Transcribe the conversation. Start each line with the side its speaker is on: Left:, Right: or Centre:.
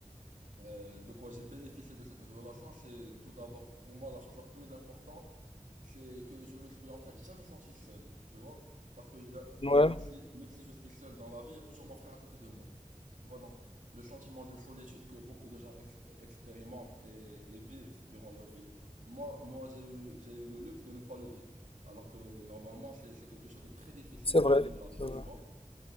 Right: euh, de quoi j'ai bénéficié de cette relation, c'est tout d'abord pour moi la chose la plus importante, c'est que je me suis en fait jamais senti seul, tu vois, parce que j'ai-
Left: ouais,
Right: même si même si je suis seul dans la vie, il y a toujours mon frère à côté de moi, tu vois, donc le sentiment de solitude que beaucoup de gens exp- expérimentent et, et vivent durant leur vie, moi moi j'ai eu j'ai eu le luxe de ne pas le vivre, alors que normalement c'est c'est quelque chose de très difficile
Left: c'est
Right: et
Left: vrai.
Right: pénible à vivre,
Left: c'est vrai.
Right: tu vois.